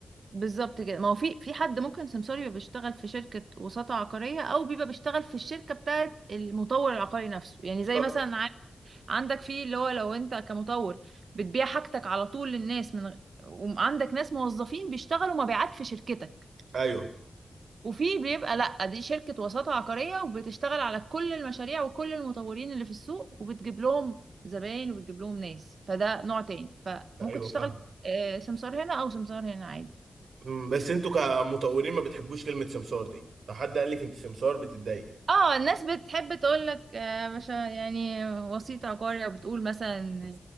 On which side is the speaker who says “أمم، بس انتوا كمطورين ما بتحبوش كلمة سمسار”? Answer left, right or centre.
Right